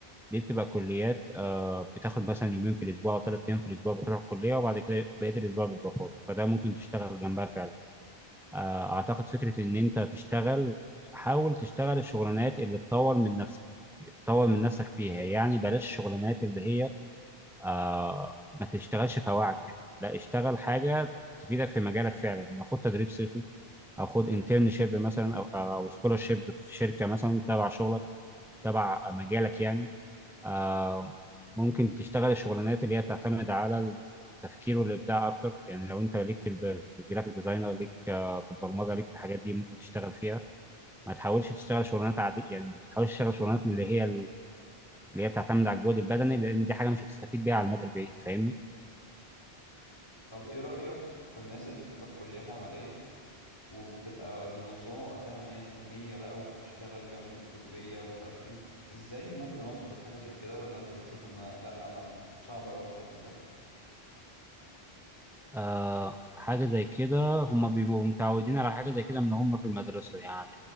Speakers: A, in the centre; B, on the left.
A: دي بتبقى كليات آه، بتاخد مثلا يومين في الأسبوع أو ثلاث أيام في الأسبوع بتروح الكلية وبعد كده بقية الأسبوع بيبقى فاضي فده ممكن تشتغل جنبها فعلا آه، أعتقد فكرة إن أنت تشتغل حاول تشتغل الشغلانات اللي تطور من نفسك تطور من نفسك فيها يعني بلاش الشغلانات اللي هي آه ما تشتغلش فواعل يعني لا اشتغل حاجه تفيدك في مجالك فعلا يعني خد تدريب صيفي او خد انترنشيب مثلا او او سكولرشيب في شركه مثلا تبع شغلك تبع مجالك يعني آه ممكن تشتغل الشغلانات اللي هي بتعتمد على التفكير والابداع اكتر يعني لو انت ليك في الب- الجرافيك ديزاينر ليك آه، في البرمجه ليك في الحاجات دي ممكن تشتغل فيها ما تحاولش تشتغل شغلانات عادية يعني مش تحاولش تشتغل شغلانات من اللي هي اللي هي بتعتمد على الجهد البدني لان دي حاجه مش هتستفيد بيها على المدى البعيد فاهمني
B: طب ايه رأيك في الناس اللي بتبقى في كليات عملية وبتبقى منظمة وقتها مية في المية بقى وبتشتغل جنب الكلية ومش عارف ايه ازاي ممكن اوصل لحاجة زي كده ولا انت بتشوف ان لا انا صعب اوي اوصل لده
A: آه حاجة زي كده هم بيبقوا متعودين على حاجة زي كده من هم في المدرسة يعني